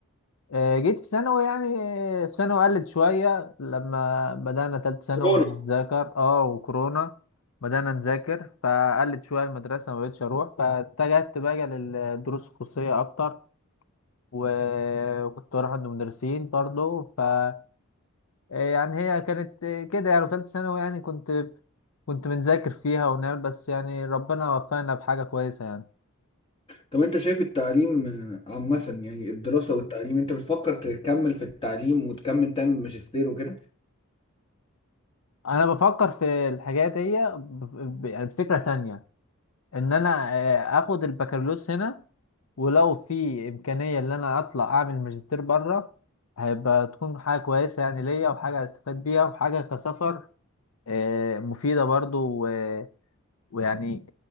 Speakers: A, on the left; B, on the left.
A: آه، جيت في ثانوي يعني آه، في ثانوي قلت شوية لما بدأنا تالت ثانوي
B: كورونا
A: نذاكر اه وكورونا بدأنا نذاكر فقلت شوية المدرسة ما بقتش أروح فاتجهت بقى للدروس الخصوصية أكتر و- وكنت بروح عند مدرسين برضه ف آه، يعني هي كانت آه، كده يعني تالت ثانوي يعني كنت كنت بنذاكر فيها ونعمل بس يعني ربنا وفقنا بحاجة كويسة يعني
B: طب انت شايف التعليم عامه يعني الدراسه والتعليم انت بتفكر تكمل في التعليم وتكمل تعمل ماجستير وكده
A: أنا بفكر في الحاجات دي ب- ب- يعني بفكرة تانية ان انا آه، اخد البكالوريوس هنا ولو في امكانيه ان انا اطلع اعمل ماجستير بره هيبقى تكون حاجه كويسه يعني ليا وحاجه هستفاد بيها وحاجه كسفر آه، مفيده برضو و- ويعني